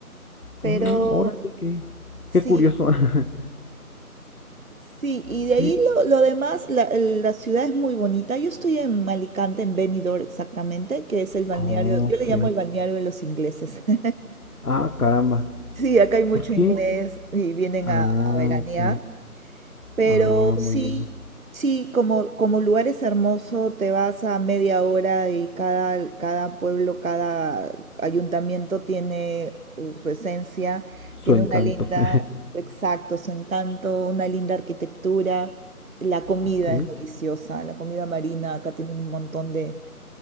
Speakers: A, on the right (about 65°); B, on the left (about 75°).
A: Pero
B: Mm, órale, qué,
A: sí,
B: qué curioso. <laughs>
A: Sí, y
B: Sí.
A: de ahí lo, lo demás, la, la ciudad es muy bonita. Yo estoy en Alicante, en Benidorm exactamente, que es el balneario,
B: Ok.
A: yo le llamo el balneario de los ingleses. <laughs>
B: Ah, caramba.
A: Sí, acá hay mucho
B: ¿Por qué?
A: inglés y vienen
B: Ah,
A: a, a veranear.
B: ok.
A: Pero
B: Ah,
A: sí,
B: muy bien.
A: sí, como, como lugar es hermoso, te vas a media hora y cada, cada pueblo, cada ayuntamiento tiene u- su esencia,
B: Su
A: tiene
B: encanto.
A: una linda,
B: <laughs>
A: exacto, su encanto, una linda arquitectura. La comida
B: Ok.
A: es deliciosa, la comida marina, acá tiene un montón de